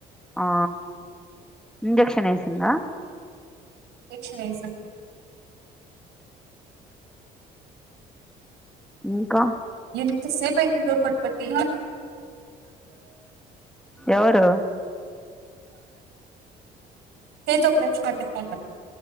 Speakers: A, in the centre; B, on the right.
A: ఆ ఇంజెక్షనేసిందా
B: చలెసర్
A: ఇంకా
B: ఎంత సేపైంది డోర్ కొట్టబట్టి
A: ఎవరు
B: కేతు ఒక నిమ్షమ్